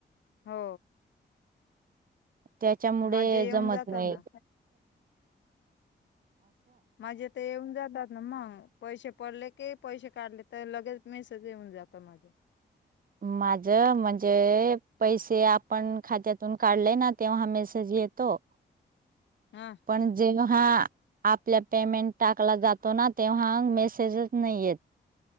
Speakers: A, on the left (about 75°); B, on the right (about 50°).
A: हो
B: त्याच्यामुडे
A: माझे येऊन
B: जमत
A: जातात
B: नाहीय.
A: ना माजे <unintelligible> जातात ना मग पैसे पडले की पैसे काढले तर लगेच मेसेज येऊन जातो माझा.
B: माझ म्हणजे पैसे आपण खात्यात. पण काढले ना तेव्हा मेसेज येतो
A: हा
B: पण जेव्हा हा आपल्या पेमेंट टाकला जातो ना तेव्हा मेसेजच नाही येत.